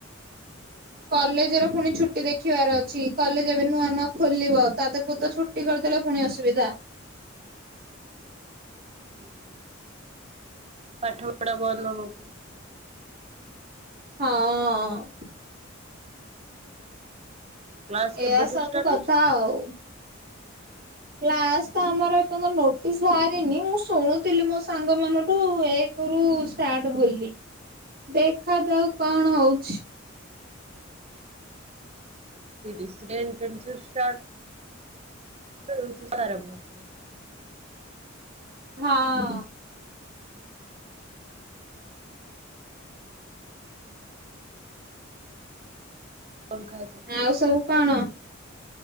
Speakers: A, on the right; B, on the right.
A: କଲେଜରେ ପୁଣି ଛୁଟି ଦେଖିବାର ଅଛି କଲେଜ ଏବେ ନୂଆ ନୂଆ ଖୋଲିବ ତା ତରକୁ ତ ଛୁ ଟି କରିଦେଲେ ପୁଣି ଅସୁବିଧା।
B: ହୁଁ ପାଠ ପଢା ବନ୍ଦ ହବ।
A: ହଁ।
B: କ୍ଲାସ
A: ଏୟା
B: କେବେଠୁ
A: ସବୁ
B: ଷ୍ଟାର୍ଟ
A: କଥା
B: ହଉଛି କି?
A: ଆଉ କ୍ଲାସ ତ ଆମର ଏପଯ୍ୟନ୍ତ ନୋଟିସ ବାହାରିନି ମୁଁ ଶୁଣୁଥିଲି ମୋ ସାଙ୍ଗ ମାନଠୁ ଏ କରୁ ଷ୍ଟାର୍ଟ ବୋଲି ଦେଖାଜାଉ କଣ ହଉଛି?
B: ରିସିଡେଣ୍ଟଟେସ୍ ଷ୍ଟାର୍ଟ <inaudible>
A: ହଁ।
B: କଁ ଖାଇଥୂ
A: ଆଉ ସବୁ କଣ?